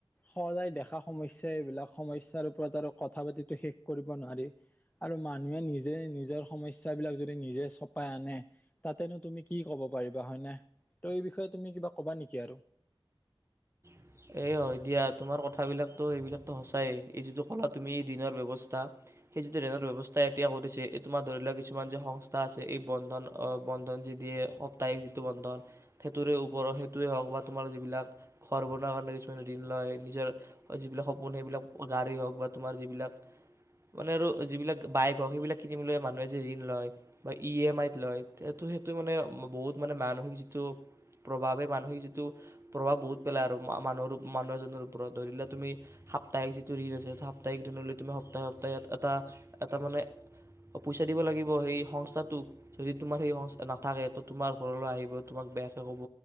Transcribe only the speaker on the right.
এ, হয়, দিয়া। তোমাৰ কথাবিলাকটো, এইবিলাকটো, সঁচায়েই। এই যিটো ক'লা, তুমি, ঋণৰ ব্যৱস্থা, সেই যিটো ঋণৰ ব্যৱস্থা এতিয়া কৰিছে। এই, তোমাৰ, ধৰি লোৱা, কিছুমান যে সংস্থা আছে, এই বন্ধন। বন্ধন যি দিয়ে, সপ্তাহিক যিটো বন্ধন, সেইটোৰে ওপৰ, সেইটোৱেই হওক, বা তোমাৰ যিবিলাক ঘৰবোৰ <unintelligible> কাৰণে, কিছুমান ঋণ লয়। নিজৰ যিবিলাক সপোন, সেইবিলাক গাড়ী হওক, বা তোমাৰ যিবিলাক, মানে, আৰু যিবিলাক বাইক হওক, সেইবিলাক কিনিবলৈ মানুহে যে ঋণ লয়, বা ইএমআইত লয়, সেইটো, সেইটো, মানে, বহুত। মানে, মানসিক যিটো প্ৰভাৱ, মানসিক যিটো প্ৰভাৱ বহুত পেলায়, আৰু মানুহৰ, আৰু মানুহ এজনৰ ওপৰত, ধৰি লোৱা, তুমি সাপ্তাহিক যিটো ঋণ আছে, সেই সাপ্তাহিক ঋণ ললে, তুমি সপ্তাহে-সপ্তাহে ইয়াত এটা-এটা, মানে, পইচা দিব লাগিব, সেই সংস্থাটোক। যদি তোমাৰ সেই সংস্থা নাথাকে, ত' তোমাৰ ঘৰলৈ আহিব, তোমাক বেয়াকৈ ক'ব,